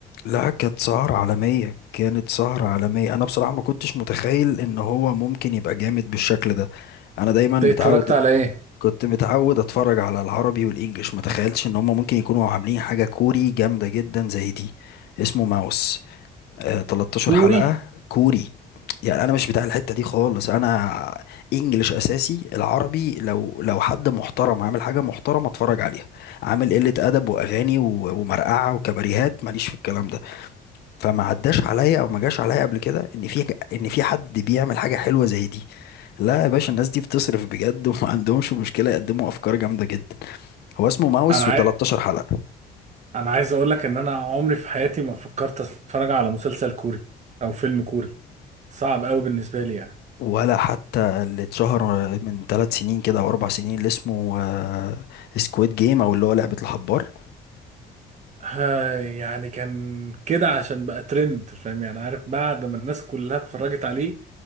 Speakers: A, on the left; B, on the right.
A: لا كانت سهرة عالمية كانت سهرة عالمية أنا بصراحة ما كنتش متخيل إن هو ممكن يبقى جامد بالشكل ده أنا دايما متعود
B: انت اتفرجت على ايه؟
A: كنت متعود أتفرج على العربي والإنجليش ما تخيلتش إن هما ممكن يكونوا عاملين حاجة كوري جامدة جدا زي دي اسمه ماوس آه 13
B: كوري
A: حلقة كوري يعني أنا مش بتاع الحتة دي خالص أنا إنجليش أساسي العربي لو لو حد محترم عامل حاجة محترمة أتفرج عليها عامل قلة أدب وأغاني و- ومرقعة وكباريهات ماليش في الكلام ده فما عداش عليا او ما جاش عليا قبل كده ان في ان في حد بيعمل حاجه حلوه زي دي لا يا باشا الناس دي بتصرف بجد وما عندهمش مشكله يقدموا افكار جامده جدا هو اسمه ماوس
B: انا عاي...
A: و13 حلقه
B: انا عايز اقول لك ان انا عمري في حياتي ما فكرت اتفرج على مسلسل كوري او فيلم كوري صعب قوي بالنسبه لي يعني
A: ولا حتى اللي اتشهر من ثلاث سنين كده او اربع سنين اللي اسمه سكويد جيم او اللي هو لعبه الحبار
B: ها يعني كان كده عشان بقى ترند فاهم يعني عارف بعد ما الناس كلها اتفرجت عليه